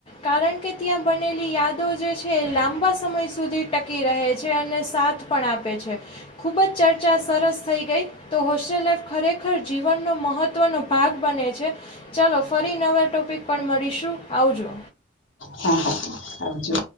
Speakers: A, on the left; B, on the left.
A: કારણ કે ત્યાં બનેલી યાદો જે છે, એ લાંબા સમય સુધી ટકી રહે છે અને સાથ પણ આપે છે. ખૂબ જ ચર્ચા સરસ થઈ ગઈ. તો હોસ્ટેલ લાાઈફ ખરેખર જીવનનો મહત્ત્વનો ભાગ બને છે. છે. ચાલો, ફરી નવા ટોપિક પણ મળીશું. આવજો.
B: હા હા, આવજો.